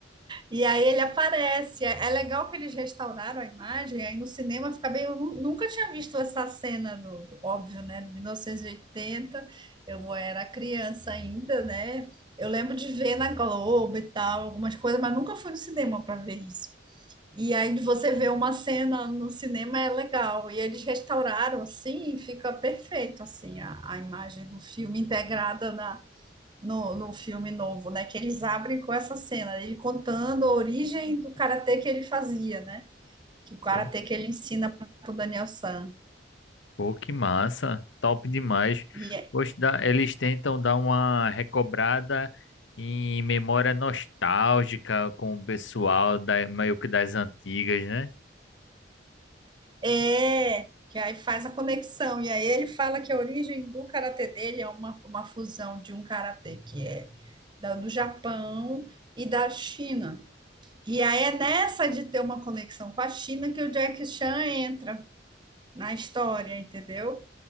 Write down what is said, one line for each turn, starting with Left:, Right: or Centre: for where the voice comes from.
Right: E aí ele aparece. É é legal que eles restauraram a imagem, aí no cinema fica bem. Eu nu- nunca tinha visto essa cena do, do- óbvio, né? De mil novecentos e oitenta eu era criança ainda, né? Eu lembro de ver na Globo e tal, algumas coisas, mas nunca fui no cinema para ver isso. E aí de você ver uma cena no cinema é legal. E eles restauraram assim e fica perfeito assim a, a imagem do filme integrada no, no filme novo, né? Que eles abrem com essa cena, né? ele contando a origem do karatê que ele fazia, né? Que o karatê
Left: Pô,
Right: que ele ensina pro Daniel San.
Left: pô, que massa. Top demais.
Right: E é,
Left: Poxa, dá- eles tentam dar uma recobrada em memória nostálgica com o pessoal da, meio que das antigas, né?
Right: é, que aí faz a conexão. E aí ele fala que a origem do karatê dele é uma, uma fusão de um karatê que é da- do Japão e da China. E aí é nessa de ter uma conexão com a China que o Jack Chan entra na história, entendeu?